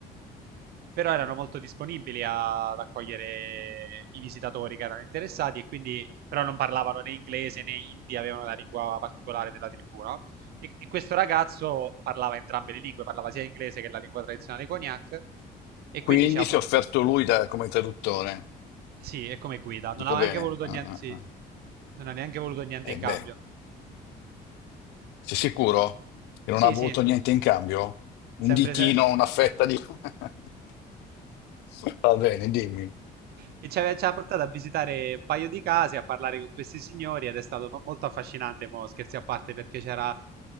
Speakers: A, on the right; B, on the left.
A: però erano molto disponibili a- ad accogliere i visitatori che erano interessati e quindi però non parlavano né inglese né hindi, avevano la lingua particolare della tribù, no? E, e questo ragazzo parlava entrambe le lingue, parlava sia inglese che la lingua tradizionale cognac e
B: Quindi
A: quindi diciamo,
B: si è offerto lui da- come traduttore.
A: sì, è come guida, non
B: Dico
A: aveva
B: bene.
A: neanche voluto
B: Ah,
A: niente,
B: ah,
A: sì,
B: ah.
A: non ha neanche voluto niente in
B: E
A: cambio.
B: beh, sei sicuro che
A: Sì,
B: non ha avuto
A: sì,
B: niente in cambio? Un
A: sempre
B: ditino,
A: se...
B: una fetta
A: <laughs>
B: di... <laughs> Va bene, dimmi.
A: E ci aveva ci ha portato a visitare un paio di case, a parlare con questi signori ed è stato mo- molto affascinante, mo, scherzi a parte, perché c'era